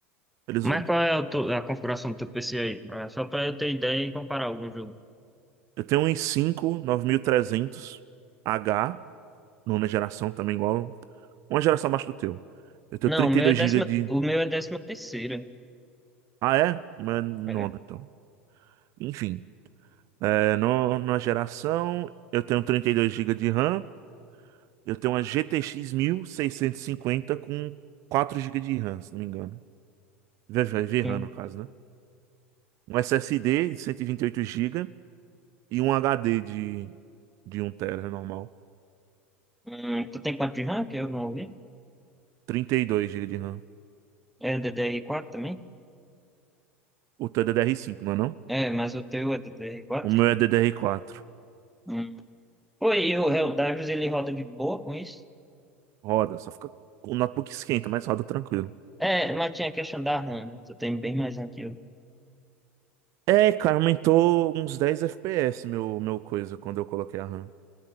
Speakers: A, on the right; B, in the centre.
A: Eles,
B: Mas qual é o teu- a configuração do teu PC aí? Pra- Só pra eu ter ideia e comparar algum jogo.
A: eu tenho um i5 cinco nove mil e trezentos h nona geração também, igual. Uma geração abaixo do teu. Eu tenho
B: Não,
A: 32
B: o meu é décima,
A: gigas de.
B: o meu é décima terceira.
A: Ah, é? Mas nona,
B: É,
A: então. Enfim, é, no, numa geração, eu tenho 32 gigas de RAM. Eu tenho uma GTX cinquenta com 4 gigas de RAM, se não me engano. VRAM,
B: sim.
A: no caso, né? Um SSD de cento e vinte e oito gigas e um HD de, de um tera normal.
B: Hum, tu tem quanto de RAM que eu não ouvi?
A: trinta e dois gigas de RAM.
B: É D D ddr quatro também?
A: O teu é ddr cinco não é não?
B: É, mas o teu é DDR4?
A: O meu é ddr quatro
B: Hum. Pô, e o Helldivers ele roda de boa com isso?
A: Roda, só fica. O notebook esquenta, mas roda tranquilo.
B: É, mas tinha a questão da RAM, né? Tu tem bem mais RAM que eu.
A: É, cara, aumentou uns 10 FPS meu, meu coisa quando eu coloquei a RAM.